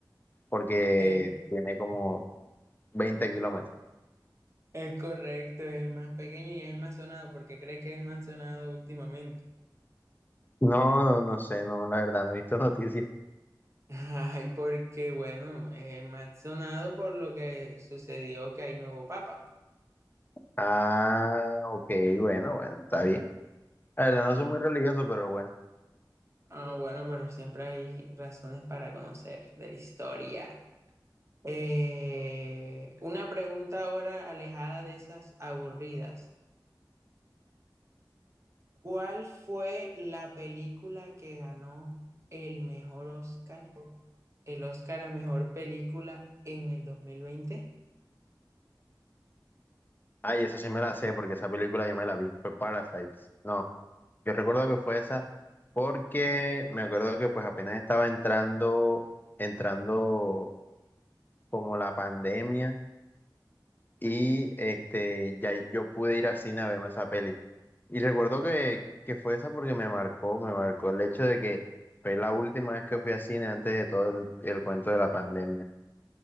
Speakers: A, on the left (about 25°); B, on the right (about 35°).
A: porque
B: Es,
A: tiene como 20 kilómetros.
B: es correcto, es el más pequeño y es el más sonado porque cree que es el más sonado últimamente.
A: No, no, no sé, no, la verdad, no he visto <laughs> noticias.
B: <laughs> Ay, porque bueno, es más sonado por lo que sucedió que hay nuevo papa.
A: Ah, ok, bueno, bueno, está bien. La
B: Ah,
A: verdad, no soy muy religioso, pero bueno.
B: ah, bueno, pero siempre hay razones para conocer de la historia. Eh, una pregunta ahora alejada de esas aburridas. ¿Cuál fue la película que ganó el mejor Oscar, el Oscar a mejor película en el 2020?
A: Ay, esa sí me la sé, porque esa película yo me la vi, fue Parasites, no. Yo recuerdo que fue esa porque me acuerdo que pues apenas estaba entrando, entrando como la pandemia y este ya yo pude ir al cine a verme esa peli. Y recuerdo que, que fue esa porque me marcó, me marcó el hecho de que fue la última vez que fui al cine antes de todo el, el cuento de la pandemia.